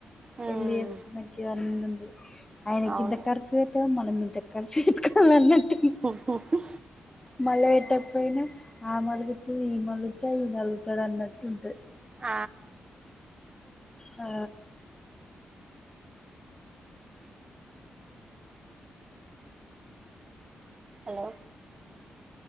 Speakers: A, on the right (about 25°); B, on the left (about 15°).
A: మ్మ్
B: పెళ్లి చేసుకున్నాక అవన్నీ ఉండై ఆయన
A: అవును
B: ఇంత ఖర్చు పెట్టిండు మనం ఇంత ఖర్చు పెటుకోవాలి అన్నట్టు
A: ఉ ఊ ఊ
B: మల్ల పెట్టకపోయినా ఆమే అలుగుతది ఈమె అలుగుతది నేనే అలుగుతాడు అన్నట్టు ఉంటుంది
A: ఆ
B: ఆ
A: హలో